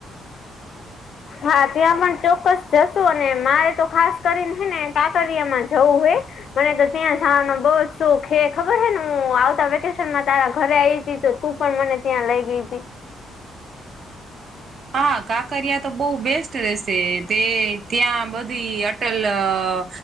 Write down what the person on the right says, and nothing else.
હા. કાંકરિયા તો બહુ બેસ્ટ રહેશે. તે ત્યાં બધી અટલ અહ